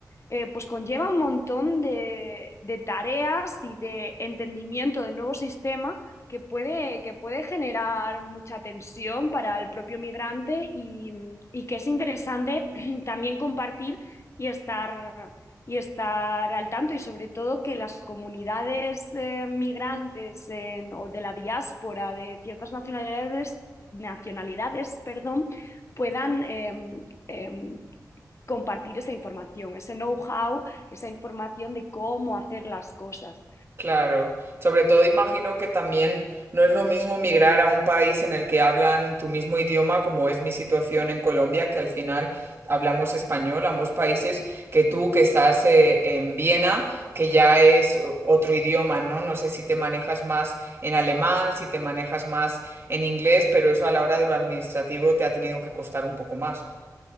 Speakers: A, on the left; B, on the right.
A: eh, pues conlleva un montón de, de tareas y de entendimiento del nuevo sistema que puede, que puede generar mucha tensión para el propio migrante y, y que es interesante <clears throat> también compartir y estar, y estar al tanto y sobre todo que las comunidades eh, migrantes en- o de la diáspora de ciertas nacionalidades, nacionalidades, perdón, puedan em, em, compartir esa información, ese know-how, esa información de cómo hacer las cosas.
B: Claro, sobre todo imagino que también no es lo mismo migrar a un país en el que hablan tu mismo idioma, como es mi situación en Colombia, que al final hablamos español, ambos países, que tú que estás eh, en Viena, que ya es o- otro idioma, ¿no? No sé si te manejas más en alemán, si te manejas más en inglés, pero eso a la hora de lo administrativo te ha tenido que costar un poco más.